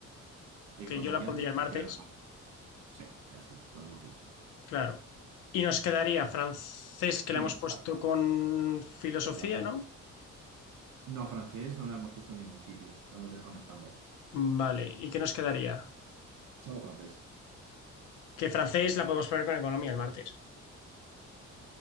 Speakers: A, on the right (about 75°); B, on the left (about 85°).
A: economía,
B: que yo la pondría
A: la comunidad.
B: el martes,
A: Sí, ya está, lo hemos dicho.
B: claro. Y nos quedaría francés, que
A: Y
B: la hemos
A: ya está,
B: puesto con filosofía,
A: ya está.
B: ¿no?
A: No, francés no lo hemos puesto en ningún sitio, lo hemos dejado en stand-by.
B: Vale, ¿y qué nos quedaría?
A: Solo francés.
B: Que francés la podemos poner con economía el martes.